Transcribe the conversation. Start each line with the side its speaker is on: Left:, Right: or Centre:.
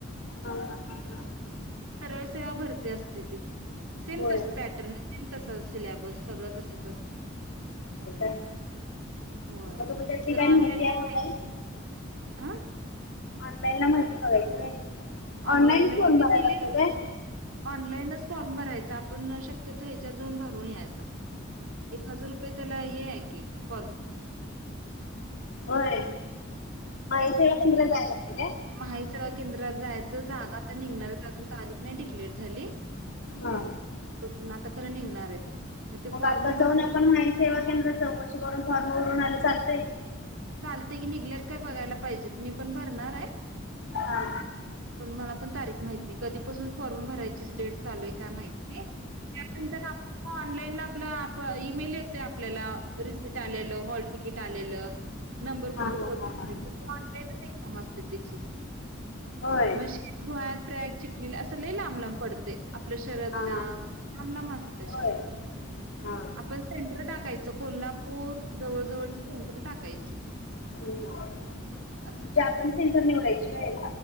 Left: हा हा हा हा
Right: सरळ सेवा भरती असते ती सेम
Left: होय
Right: तस पॅटर्न सेम तस सिलेबस सगळं तसच असत.
Left: काय
Right: होय
Left: मग तुम्ही त्यातली
Right: जर
Left: काही
Right: ऑनलाईन
Left: आहे
Right: ला माहिती
Left: काय?
Right: आ
Left: ऑनलाईन ला माहिती बघायची होय
Right: ऑनलाईनला
Left: ऑनलाईनच
Right: होय
Left: फार्म भरायला
Right: मी दिलेली
Left: लागतो काय?
Right: ऑनलाईनच फॉर्म भरायचा आपण शक्यतो ह्याच्यात जाऊन भरून यायचा. एक हजार रुपये त्याला हे आहे की फॉर्म
Left: होय महा-ई-सेवा केंद्रात जायला लागते काय?
Right: महा- इ -सेवा केंद्रात जायच जागा आता निघणार अजून तारीख नाही डिक्लेअर झाली.
Left: हा.
Right: उचलून आता खरं निघणार आहेत मग ते फॉर्म
Left: आता
Right: भर
Left: जाऊन आपण माहिती सेवा केंद्रात चौकशी करून फॉर्मवररून आयलं चालतंय?
Right: चालते की निघल्यात काय बघायला पाहिजेत मी पण भरणार हाय
Left: हा हा
Right: पण मला पण तारिख माहित नाही कधीपसून फॉर्म भरायचा ची डेट चालू आहे का माहित नाही त्या नंतर आपल्याला ऑनलाईनला आपला आप ईमेल येतोय आपल्याला रिसीट आलेलं हॉल तिकीट आलेल. नंबर
Left: हा
Right: कुठे
Left: हा
Right: पडतोय
Left: हा हा
Right: ऑनलाईनच एक्झाम असते त्याची
Left: होय
Right: मशी गोह्यात प्रयाग चिकली असं लई लांब लांब पडतंय आपल्या शरदला
Left: हा हा हा
Right: लांब लांब असतोय
Left: होय
Right: शक्यतो
Left: हा
Right: आपण सेंटर टाकायचं कोल्हापूर जवळ जवळची सेंटर टाकायची.
Left: म्हणजे
Right: असं.
Left: आपण सेंटर निवडायची होय